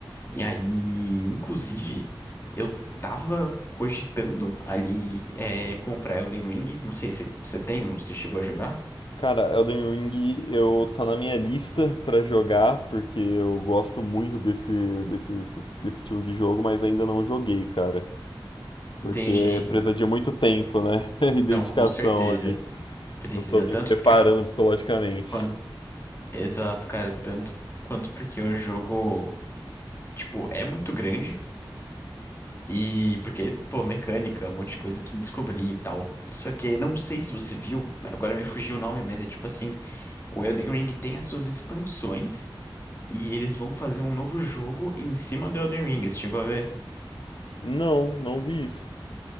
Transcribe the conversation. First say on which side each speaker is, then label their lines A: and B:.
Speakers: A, on the left; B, on the left.
A: E aí, inclusive, eu tava. Cogitando ali é, comprar Elden Ring. Não sei se você tem ou você chegou a jogar.
B: Cara, Elden Ring eu tá na minha lista pra jogar porque eu gosto muito desse, desse, desse desse estilo de jogo, mas ainda não joguei, cara. Porque
A: Entendi,
B: precisa de muito tempo, né? <laughs> E dedicação
A: Não, com certeza.
B: ali.
A: Precisa
B: Eu tô me
A: tanto
B: preparando
A: porque.
B: psicologicamente.
A: quan- Exato, cara. Tanto quanto porque o jogo, tipo, é muito grande. E porque, pô, mecânica, um monte de coisa pra você descobrir e tal. Só que não sei se você viu, agora me fugiu o nome, mas é tipo assim: o Elden Ring tem as suas expansões. E eles vão fazer um novo jogo em cima do Elden Ring. Você chegou a ver?
B: Não, não vi isso.